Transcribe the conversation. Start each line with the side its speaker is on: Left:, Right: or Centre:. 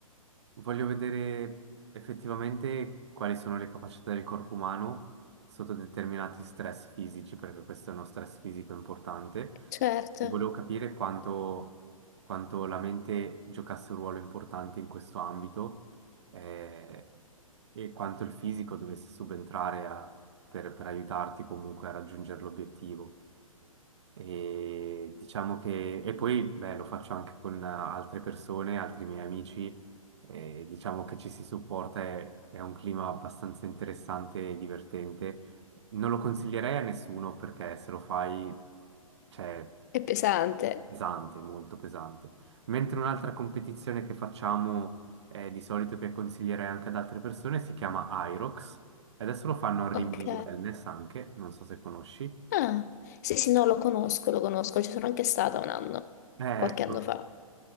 Right: Voglio vedere effettivamente quali sono le capacità del corpo umano sotto determinati stress fisici, perché questo è uno stress fisico importante,
Left: Certo,
Right: e volevo capire quanto, quanto la mente giocasse un ruolo importante in questo ambito, eh, e quanto il fisico dovesse subentrare a- per, per aiutarti comunque a raggiungere l'obiettivo. E diciamo che, e poi beh, lo faccio anche con eh, altre persone, altri miei amici, e diciamo che ci si supporta, è, è un clima abbastanza interessante e divertente. Non lo consiglierei a nessuno perché se lo fai, cioè,
Left: è pesante.
Right: pesante, molto pesante. Mentre un'altra competizione che facciamo, eh, di solito che consiglierei anche ad altre persone, si chiama Irox. Adesso lo fanno a Rimini
Left: Ok.
Right: Wellness anche, non so se conosci.
Left: Ah, sì, sì, no, lo conosco, lo conosco, ci sono anche stata un anno,
Right: Eh,
Left: qualche
Right: Ecco,
Left: anno fa.